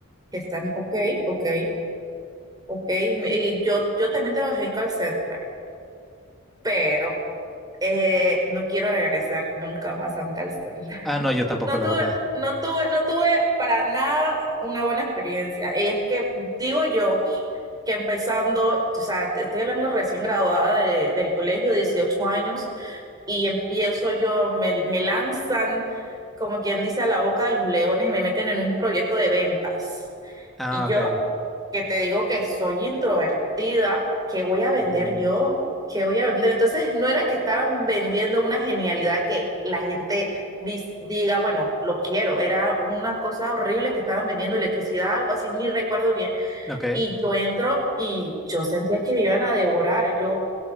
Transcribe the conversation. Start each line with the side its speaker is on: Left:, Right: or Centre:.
Right: que Están, ok, ok, ok. Y yo, yo también trabajé en call center, pero eh, no quiero regresar nunca más a un call center.
Centre: Ah, no, yo tampoco,
Right: No
Centre: la
Right: tuve,
Centre: verdad.
Right: no tuve, no tuve para nada una buena experiencia. Y es que digo yo que empezando, o sea, te estoy hablando recién graduada de- del colegio, 18 años, y empiezo yo, me, me lanzan, como quien dice, a la boca de los leones y me meten en un proyecto de ventas.
Centre: Ah,
Right: Y yo,
Centre: ok.
Right: que te digo que soy introvertida, ¿qué voy a vender
Centre: Mm,
Right: yo? ¿Qué voy a vender? Entonces, no era que estaban vendiendo una genialidad que la gente dis- diga, bueno, lo quiero. Era una cosa horrible que estaban vendiendo electricidad, algo así, ni recuerdo bien
Centre: ok,
Right: y yo entro y yo sentía que me iban a devorar, yo